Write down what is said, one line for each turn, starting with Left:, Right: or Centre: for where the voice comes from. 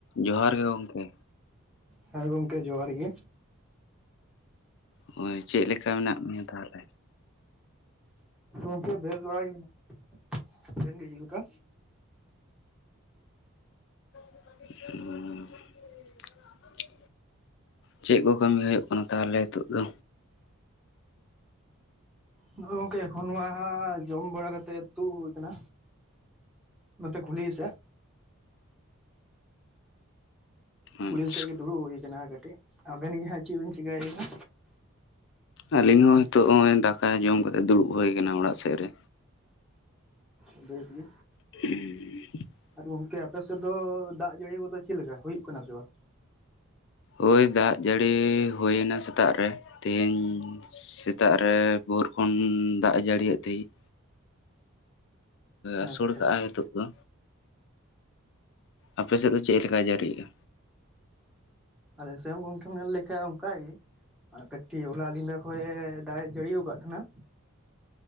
Left: ᱡᱚᱦᱟᱨ ᱜᱮ ᱜᱚᱝᱠᱮ᱾
Centre: ᱦᱮᱸ ᱜᱚᱝᱠᱮ ᱡᱚᱦᱟᱨ ᱜᱮ᱾
Left: ᱦᱳᱭ᱾ ᱪᱮᱫ ᱞᱮᱠᱟ ᱢᱮᱱᱟᱜ ᱢᱮᱭᱟ ᱛᱟᱦᱚᱞᱮ?
Centre: ᱜᱚᱢᱠᱮ ᱵᱷᱮᱥ ᱵᱟᱲᱟ ᱜᱮ᱾ᱟᱵᱤᱱ ᱜᱮ ᱪᱮᱫ ᱞᱮᱠᱟ?
Left: <inaudible> ᱪᱮᱫ ᱠᱚ ᱠᱟᱹᱢᱤ ᱦᱩᱭᱩᱜ ᱠᱟᱱᱟ ᱛᱟᱦᱚᱞᱮ ᱱᱤᱛᱚᱜ ᱫᱚ?
Centre: ᱱᱚᱜ ᱜᱚᱝᱠᱮ ᱮᱠᱷᱚᱱ ᱱᱚᱣᱟ ᱡᱚᱢ ᱵᱟᱲᱟ ᱠᱟᱛᱮᱜ ᱛᱩᱫ ᱦᱩᱭ ᱟᱠᱟᱱᱟ᱾ ᱱᱚᱛᱮ ᱠᱷᱩᱞᱦᱤ ᱥᱮᱜ,
Left: ᱟᱪᱪᱷᱟ
Centre: ᱠᱩᱞᱦᱤ ᱥᱮᱜ ᱜᱮ ᱫᱩᱲᱩᱵ ᱦᱩᱭ ᱠᱟᱱᱟ ᱠᱟᱹᱴᱤᱡ, ᱟᱵᱮᱱ ᱜᱮ ᱦᱟᱸᱜ ᱪᱮᱫ ᱵᱮᱱ ᱪᱤᱠᱟᱹᱭᱮᱱᱟ?
Left: ᱟᱹᱞᱤᱧ ᱦᱚᱸ ᱱᱤᱛᱚᱜ ᱱᱚᱜᱼᱚᱭ ᱫᱟᱠᱟ ᱡᱚᱢ ᱠᱟᱛᱮ, ᱫᱩᱲᱩᱵ ᱦᱩᱭ ᱟᱠᱟᱱᱟ ᱚᱲᱟᱜ ᱥᱮᱫ ᱨᱮ᱾
Centre: <inaudible> ᱵᱮᱥ ᱜᱮ,
Left: <inaudible>
Centre: ᱟᱨ ᱜᱚᱝᱠᱮ ᱟᱯᱮᱥᱮᱫ ᱫᱚ ᱫᱟᱜ ᱡᱟᱹᱲᱤ ᱠᱚᱫᱚ ᱪᱮᱫ ᱞᱮᱠᱟ, ᱦᱩᱭᱩᱜ ᱠᱟᱱᱟ ᱥᱮ ᱵᱟᱝ?
Left: ᱦᱳᱭ ᱫᱟᱜ ᱡᱟᱹᱲᱤ ᱦᱩᱭ ᱱᱟ ᱥᱮᱛᱟᱜ ᱨᱮ ᱛᱮᱦᱤᱧ ᱥᱮᱛᱟᱜ ᱨᱮ ᱵᱷᱳᱨ ᱠᱷᱚᱱ ᱫᱟᱜ ᱮ ᱡᱟᱹᱲᱤ ᱮᱫᱚ ᱛᱮᱦᱤᱧ᱾ ᱟᱹᱥᱳᱲ
Centre: ᱟᱪᱪᱷᱟ
Left: ᱠᱟᱜᱼᱟᱭ ᱱᱤᱛᱳᱜ ᱫᱚ, ᱟᱯᱮ ᱥᱮᱫ ᱫᱚ ᱪᱮᱫ ᱞᱮᱠᱟᱭ ᱡᱟᱹᱲᱤ ᱮᱫ-ᱟ?
Centre: ᱟᱞᱮ ᱥᱮ ᱜᱚᱢᱠᱮ ᱧᱮᱞ ᱞᱮᱠᱷᱟᱡ ᱚᱱᱠᱟᱜ ᱜᱮ᱾ ᱟᱨ ᱠᱟᱹᱴᱤᱡ ᱦᱚᱞᱟ ᱧᱤᱫᱟ ᱠᱷᱚᱜ ᱮ ᱫᱟᱜ ᱡᱟᱹᱲᱤ ᱟᱠᱟᱫ ᱛᱟᱦᱮᱱᱟ᱾